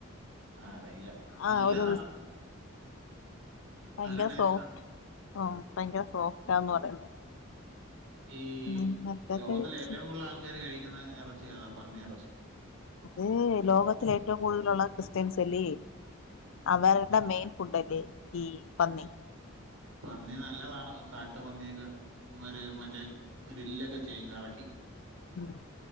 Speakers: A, on the right; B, on the left.
A: ആ, അറിയില്ല
B: ആഹ
A: നല്ലതാണ്
B: ഒരു ഭയങ്കര
A: നല്ല ടേസ്റ്റാണ്
B: സോഫ്റ്റ് ആ ഭയങ്കര സോഫ്റ്റാന്ന് പറയുന്ന
A: ഈ
B: ഉം അതൊക്കെ
A: ലോകത്തില
B: കഴിച്ചു
A: ഏറ്റവും കൂടുതൽ ആൾക്കാര് കഴിക്കുന്ന ഇറച്ചി ഏതാ പന്നി ഇറച്ചി
B: ഇത് ലോകത്തില ഏറ്റവും കൂടുതലുള്ള ക്രിസ്ത്യൻസ് അല്ലേ അവരുടെ മെയിൻ ഫുഡല്ലേ ഈ പന്നി
A: പന്നി നല്ലതാണ് കാട്ട് പന്നിയൊക്കെ ഒരു മറ്റേ ഗ്രില്ലൊക്കെ ചെയ്യും കറക്കി
B: ഉം